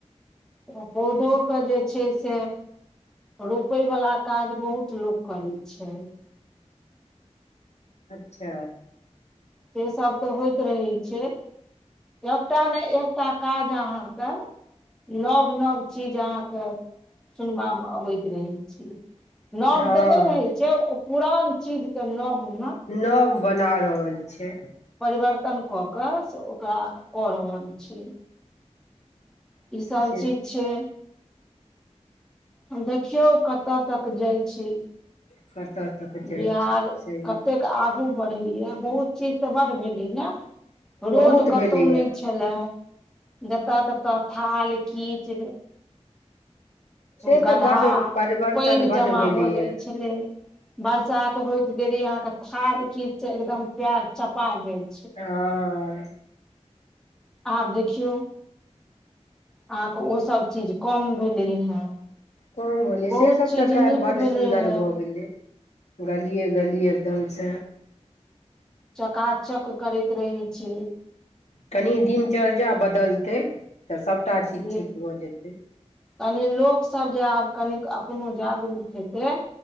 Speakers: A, in the centre; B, on the left (about 70°).
A: त पौधोे क जे छै से रोपइ बला काज बहुत लोक करै छै।
B: अच्छा
A: से सब तऽ होइत रहै छै। एकटा ने एकटा काज अहाँके नब नब चीज अहाँ के सुनबा मे अबैत रहै छी। नब
B: हँ
A: तऽ नहि रहै छै, ओ पुरान चीज क नब मे
B: नब बना रहल छै।
A: परिवर्तन कऽ कऽ से ओकरा कऽ रहल छै। ई सब
B: से
A: चीज छियै हँ देखियौ कतऽ तक जाय छै।
B: कतऽ तक जाइ
A: बिहार
B: छियै सही
A: कतेक आगू बढ़ै य बहुत चीज तऽ बड भेलै न! रोड
B: बहुत
A: कतहु
B: भेलैया
A: नहि छलए जतऽ ततऽ थाल कीच
B: से
A: गड्हा
B: तऽ बड्ड परिवर्तन
A: पइन
B: बड्ड
A: जमा
B: भेलैए
A: भऽ जाइ छलै। बरसात होइत देरी अहाँ के थाल -कीच स एकदम पैर चपा गेल।
B: ह।
A: आब देखियौ अहाँके ओसभ चीज कम भेलै हेँ।
B: कम होलै
A: बहुत
B: से सब
A: चीज
B: तऽ खैर
A: नीक
B: बड्ड
A: भेलै
B: सुन्दर
A: हेँ
B: भऽ गेलै। गलिये गलिये एकदमसँ
A: चकाचक करैत रहै छै।
B: कनि दिनचर्जा बदलतै तऽ सभटा चीज
A: जे
B: ठीक भऽ जेतै।
A: कनि लोकसभ जे आब कनिक अपनो जागरूक हेतै